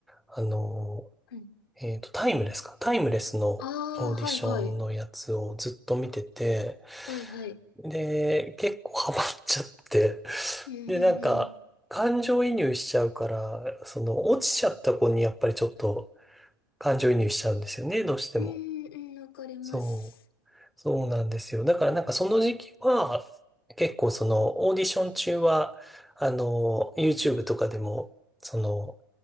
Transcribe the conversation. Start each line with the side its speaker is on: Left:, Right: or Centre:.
Centre: あの、
Left: うん。
Centre: えっと、タイムレスか。タイムレスのオーディションのやつをずっと見てて、
Left: ああ、はいはい。はいはい。
Centre: で、結構ハマっちゃって、<laughs>
Left: うんうんうん。
Centre: で、なんか、感情移入しちゃうから、その、落ちちゃった子にやっぱりちょっと感情移入しちゃうんですよね、どうしても。
Left: うんうん、わかります。
Centre: そう。そうなんですよ。だからなんかその時期は、結構そのオーディション中は、あの、YouTube とかでも、その、